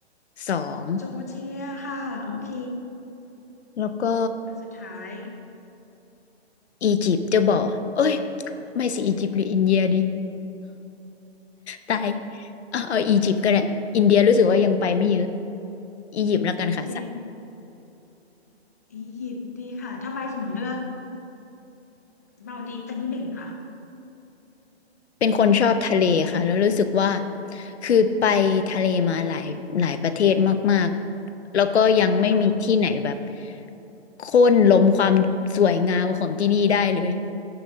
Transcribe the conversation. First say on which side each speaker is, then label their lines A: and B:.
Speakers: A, on the left; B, on the left.
A: สอง
B: โจเจียค่ะโอเค
A: แล้วก็
B: อันสุดท้าย
A: อียิปต์จะบอกเอ้ยไม่สิอียิปต์หรืออินเดียดีตายเอาเอาอียิปต์ก็ได้อินเดียรู้สึกว่ายังไปไม่เยอะอียิปต์แล้วกันค่ะ
B: โอเคอียิปต์ดีค่ะทำไมถึงเลือกมาลดีฟเป็นที่หนึ่งคะ
A: เป็นคนชอบทะเลค่ะแล้วรู้สึกว่าคือไปทะเลมาหลายหลายประเทศมากๆแล้วก็ยังไม่มีที่ไหนแบบ
B: ค่ะ
A: โค่นล้มความสวยงามของที่นี่ได้เลย